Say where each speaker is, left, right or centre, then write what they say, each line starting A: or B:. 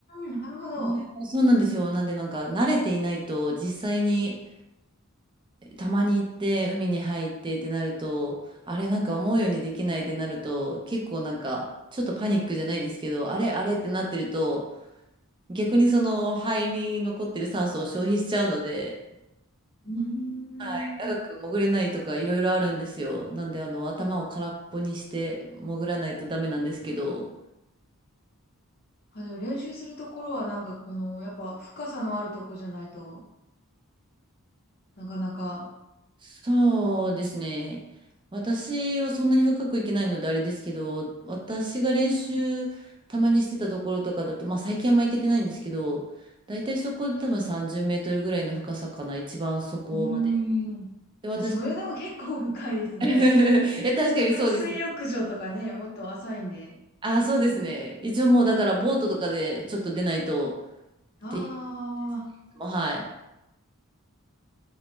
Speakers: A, on the left (about 45°); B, on the right (about 20°).
A: ん、なるほど。
B: うん <laughs> そうなんですよ。なんでなんか慣れていないと、実際にたまに行って海に入ってってなると、あれなんか思うようにできないってなると、結構なんかちょっとパニックじゃないですけど、あれあれってなってると、逆にその肺に残ってる酸素を消費しちゃうので、
A: うー
B: はい、長く潜れないとかいろいろあるんですよ。
A: ん。
B: なんであの頭を空っぽにして潜らないとダメなんですけど。
A: あ、じゃあ練習するところはなんかこの、やっぱ深さのあるとこじゃないとなかなか。
B: そうですね。私はそんなに深くいけないのであれですけど、私が練習たまにしてたところとかだと、まあ最近あんま行けてないんですけど、だいたいそこで多分30メートルぐらいの深さかな、一番そこまで。
A: うーん。いや、
B: で、私も、
A: それでも結構深いですね。
B: <laughs> いや、確かにそうです。
A: 海水浴場とかね、もっと浅いんで。
B: あ、そうですね。一応もうだからボートとかでちょっと出ないと
A: ああ、
B: っていうですね。いつもはい。